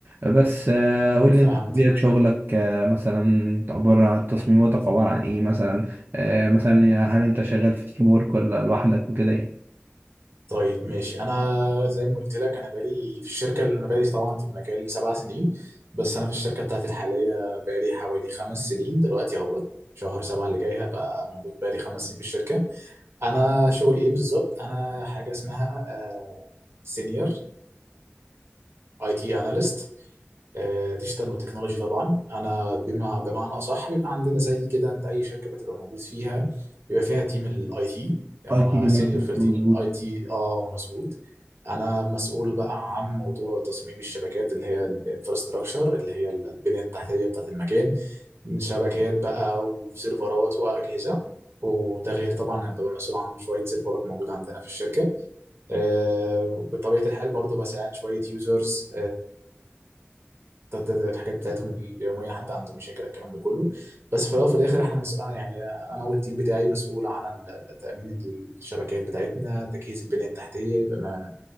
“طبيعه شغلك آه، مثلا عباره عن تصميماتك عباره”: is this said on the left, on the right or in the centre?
Right